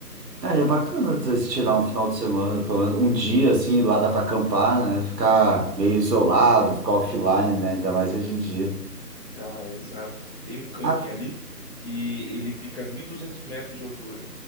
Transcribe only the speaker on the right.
Ah, e é bacana às vezes, tirar um final de semana, pelo menos um dia assim, lá dá para acampar, né? Ficar meio isolado, ficar offline, né? Ainda mais hoje em dia.
Ah,